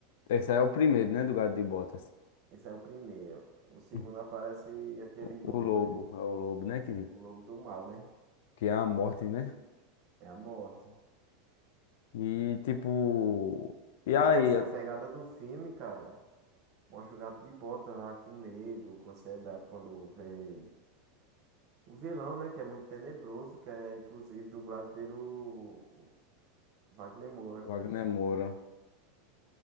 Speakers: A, on the left; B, on the right.
A: esse aí é o primeiro, né, do Gato de Botas.
B: Esse é o primeiro. O segundo
A: <laughs>
B: aparece aquele
A: O
B: lobo,
A: o lobo,
B: né?
A: é o lobo, né, que,
B: O lobo do mal, né?
A: que é a morte, né?
B: É a morte.
A: E, tipo... E
B: E
A: aí?
B: tipo assim, a pegada do filme, cara. Mostra o gato de bota lá com medo, com ansiedade, quando vê o vilão, né? Que é muito tenebroso, que é inclusive dublado pelo Wagner Moura.
A: Wagner Moura.